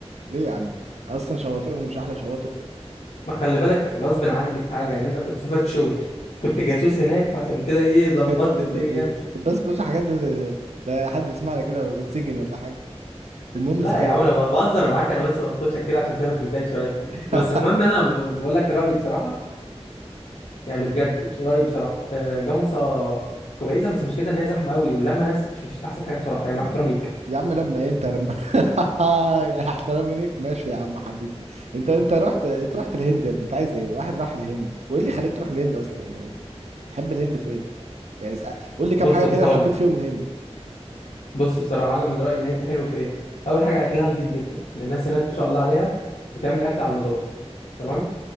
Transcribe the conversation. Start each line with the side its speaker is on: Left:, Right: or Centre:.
Right: ليه يا عم اصلا شواطئهم مش احلى شواطئ
Left: ما خلي بالك غصب عني في حاجه ان انت كنت سافرت شغل كنت جاسوس هناك فعشان كده ايه ظبطت
Right: يا ابن
Left: الدنيا
Right: اللذين. طب بس بلاش الحاجات دي لا حد يسمعنا كده وتتسجن ولا حاجه المهم
Left: لا
Right: صحيح
Left: يا عم انا بهزر معاك انا بس بنخشك كده عشان سايبك متضايق شويه
Right: <laughs>
Left: بس المهم انا ب- بقول لك رايي بصراحه يعني بجد بس رأيي بصراحة آه، جمصة كويسة بس مشكلتها ان هي زحمة قوي ولما ناس مش, مش احسن حاجة بصراحة يعني مع احترامي ليك
Right: يا عم لما ايه انت لما <laughs> احترام ليك ماشي يا عم حبيبي انت انت رحت انت رحت الهند يا ابني انت عايز ايه واحد راح الهند وايه اللي خليك تروح الهند اصلا يعني تحب الهند في ايه يعني اسأل... قول لي كام
Left: بص
Right: حاجه
Left: بص
Right: كده
Left: هقول
Right: حبيت
Left: لك.
Right: فيهم الهند
Left: بص بصراحة انا من رأيي الهند حلو في ايه اول حاجة اكلها نضيف جدا لأن الناس هناك ما شاء الله عليها بتعمل اكل على النظافة تمام